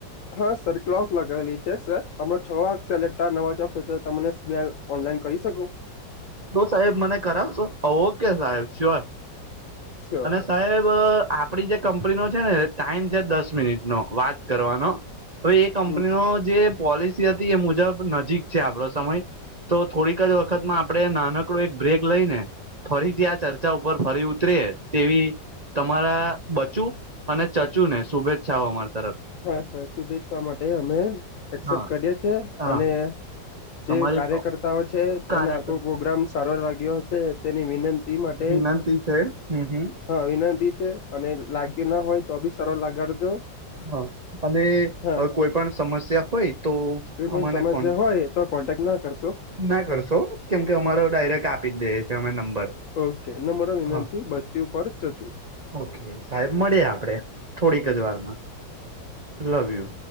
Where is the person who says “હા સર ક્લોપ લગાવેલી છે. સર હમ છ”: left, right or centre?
Left